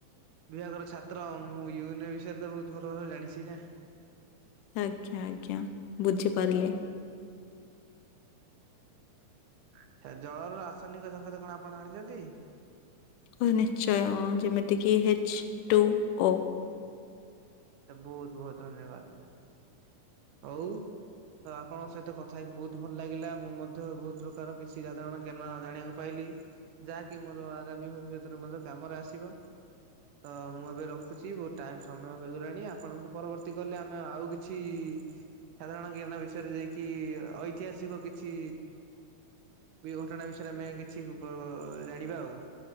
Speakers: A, on the right (about 80°); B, on the left (about 85°).
A: ବିଭାଗର ଛାତ୍ର ମୁଁ ୟୁନ ବିଷୟରେ ତ ବହୁତ ଭଲ ଭାବରେ ଜାଣିଛି ନା।
B: ଆଜ୍ଞା ଆଜ୍ଞା ବୁଝିପାରିଲି।
A: ଆଛା ଜଳର ରାସନିକ ସଂଙ୍କେତ କଣ ଆପଣ ଜାଣିଛନ୍ତି?
B: ଓ ନିଶ୍ଚୟ ଯେମିତି କିି ହିଚ୍ ଟୁ ଓ।
A: ବହୁତ ବହୁତ ଧନ୍ୟବାଦ ହଉ ତ ଆପଣଙ୍କ ସହିତ କଥା ହେକି ବହୁତ ଭଲ ଲାଗିଲା ମୁଁ ମଧ୍ୟ ବହୁତ ପ୍ରକାର କିଛି ସାଧାରଣ ଜ୍ଞାନ ଜାଣିବାକୁ ପାଇଲି ଯାହାକି ମୋର ଆଗାମୀ ଭବିଷ୍ୟତରେ ମଧ୍ୟ କାମରେ ଆସିବ। ତ ମୁଁ ଏବେ ରଖୁଛି ବହୁତ ଟାଇମ୍ ସମୟ ହେଇଗଲାଣି ନି ଆପଣଙ୍କୁ ପରବର୍ତ୍ତୀ କଲେ ଆମେ ଆଉ କିଛି ସାଧାରଣ ଜ୍ଞାନ ବିଷୟରେ ଯାଇକି ଐତିହାସିକ କିଛି ଘଟଣା ବିଷୟରେ ଆମେ କିଛି ଗ ଜାଣିବା ଆଉ